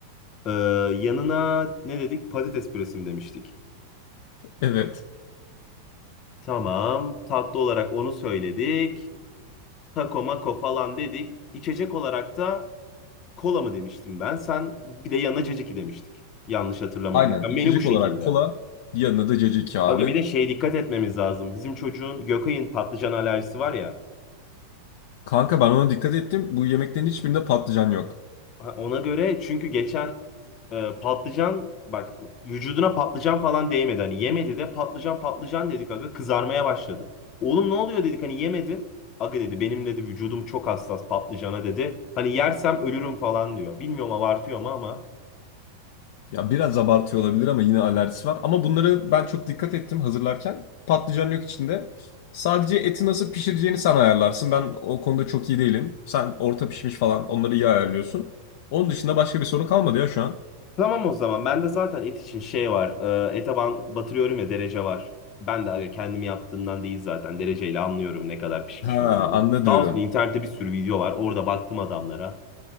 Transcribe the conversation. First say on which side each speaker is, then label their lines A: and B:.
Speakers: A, on the left; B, on the left.
A: Ee, yanına ne dedik? Patates püresi mi demiştik?
B: Evet.
A: Tamam. Tatlı olarak onu söyledik. Taco mako falan dedik. İçecek olarak da kola mı demiştim ben? Sen bir de yanına caciki demiştik. Yanlış hatırlamadıysam.
B: Aynen. İçecek
A: Menü bu şekilde.
B: olarak kola. Yanına da caciki abi.
A: Aga bir de şeye dikkat etmemiz lazım. Bizim çocuğun Gökay'ın patlıcan alerjisi var ya.
B: Kanka ben ona dikkat ettim. Bu yemeklerin hiçbirinde patlıcan yok.
A: Ha, Ona göre çünkü geçen e, patlıcan bak vücuduna patlıcan falan değmedi. Hani yemedi de patlıcan patlıcan dedik aga kızarmaya başladı. Oğlum ne oluyor dedik hani yemedin. Aga dedi benim dedi vücudum çok hassas patlıcana dedi. Hani yersem ölürüm falan diyor. Bilmiyorum abartıyor mu ama.
B: Ya biraz abartıyor olabilir ama yine alerjisi var. Ama bunları ben çok dikkat ettim hazırlarken. Patlıcan yok içinde. Sadece eti nasıl pişireceğini sen ayarlarsın. Ben o konuda çok iyi değilim. Sen orta pişmiş falan onları iyi ayarlıyorsun. Onun dışında başka bir sorun kalmadı ya şu an.
A: Tamam o zaman ben de zaten et için şey var. E, ete ben batırıyorum ya derece var. Ben de aga kendim yaptığımdan değil zaten dereceyle anlıyorum ne kadar pişmiş
B: Ha
A: olduğunu.
B: anladım.
A: Sağ olsun internette bir sürü video var. Orada baktım adamlara.